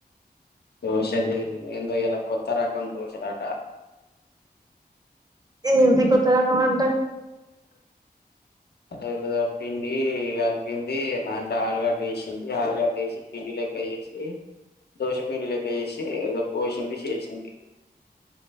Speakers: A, on the left; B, on the right.
A: దోష లేదు ఎందో ఇయలా కొత్త రకం దోశలటా
B: ఏంది కొత్త రకం అంటే
A: ఏదో పిండి కలిపింది దాంట్లో ఆలుగడ్డ వేశింది ఆలుగడ్డ వేశి పిండిలకి చేసి దోశపిండి లోకి వేసి ఏదో పోసింది చేసింది